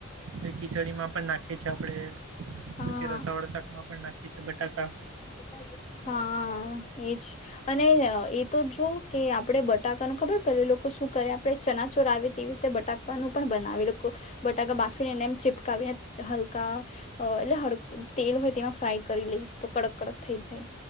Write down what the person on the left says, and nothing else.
હા
<inaudible> હા એજ અને. એ તો જો કે આપડે બટાકા ન ખબર. પે લોકો શું કરે? ચનાચોર આવી. તેવી રીતે બટાકાનું પણ બનાવેલુ કો બટાકા બાફીનેને નેમ ચિપકાવીને હલકા અ હડકન તેલ હોય તેમાં ફ્રાય કરી લે તો કડક કડક થઈ જાય.